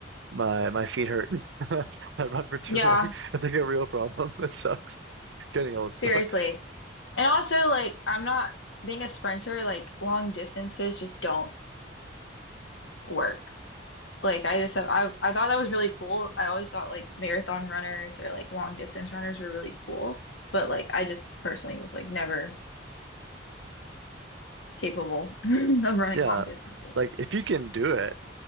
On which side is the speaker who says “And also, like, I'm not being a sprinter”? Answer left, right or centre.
Left